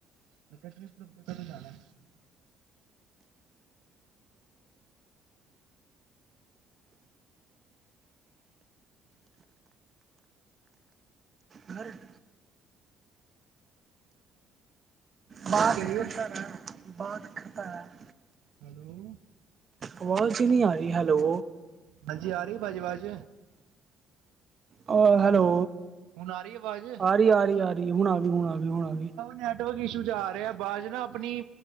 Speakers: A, on the right (about 85°); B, on the right (about 35°).
A: ਮੈਂ ਕਿਹਾ ਟ੍ਰਿਪ ਟਪ ਤੇ ਕਦੋਂ ਜਾਣਾ ਏ।
B: ਘਰ <unintelligible>
A: ਕੀ
B: ਬਾਤ
A: ਕਹਿ ਰਹੇ
B: ਕਰਤਾ
A: ਹੋ?
B: ਰਖਨਾ, ਬਾਤ ਖਤਰਾ ਐ
A: ਹੈਲੋ
B: ਆਵਾਜ਼ ਹੀ ਨਹੀਂ ਆ ਰਹੀ, ਹੈਲੋ
A: ਹਾਂਜੀ ਆ ਰਹੀ ਏ ਭਾਜੀ ਬਾਜ?
B: ਓ ਹੈਲੋ
A: ਹੁਣ ਆ ਰਹੀ ਆਵਾਜ਼
B: ਆ ਰਹੀ ਆ ਰਹੀ ਆ ਰਹੀ ਹੁਣ ਆ ਗਈ ਹੁਣ ਆ ਗਈ ਹੁਣ ਆ ਗਈ
A: ਨੈਟਵਰਕ ਇਸ਼ੂ ਚ ਆ ਰਿਹਾ ਆਵਾਜ਼ ਨਾ ਆਪਣੀ